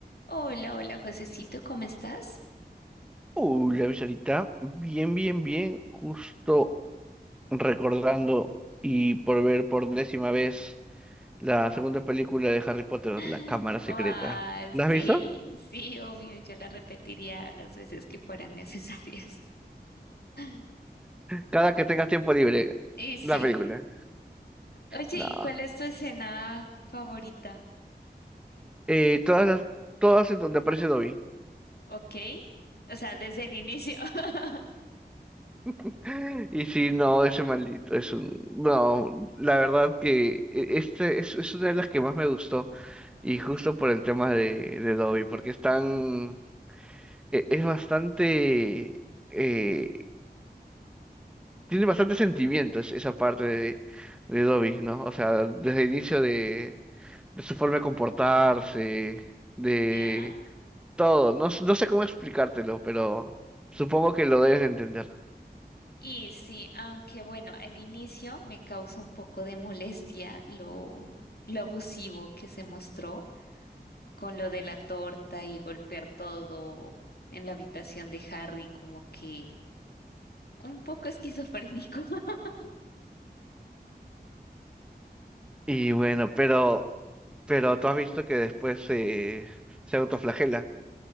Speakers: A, on the left; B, in the centre.
A: Hola, hola, Josecito, ¿cómo estás? <gasps>
B: Uy, la visita, bien, bien, bien, justo recordando y por ver por décima vez la segunda película de Harry Potter,
A: <laughs>
B: La Cámara Secreta.
A: Ah,
B: ¿La
A: sí,
B: has visto?
A: sí, obvio, yo la repetiría las veces que fueran necesarias. <laughs>
B: Cada que tengas tiempo libre,
A: Y sí.
B: la película.
A: Oye,
B: No,
A: ¿y cuál es tu escena favorita?
B: eh, todas las, todas en donde aparece Dobby. <gasps>
A: ¿Ok? O sea, desde el inicio. <laughs>
B: <laughs> Y si no, ese maldito es un... No, la verdad que e- este es, es una de las que más me gustó y justo por el tema de, de Dobby, porque están e- es bastante, eh, tiene bastante sentimientos esa parte de, de Dobby, ¿no? O sea, desde el inicio de, de su forma de comportarse, de
A: Ya.
B: todo. No, s- no sé cómo explicártelo, pero supongo que lo debes de entender.
A: Y sí, aunque bueno, al inicio me causa un poco de molestia lo, lo abusivo que se mostró. con lo de la torta y golpear todo en la habitación de Harry, como que un poco esquizofrénico. <laughs>
B: Y bueno, pero, pero tú has visto que después eh, se autoflagela.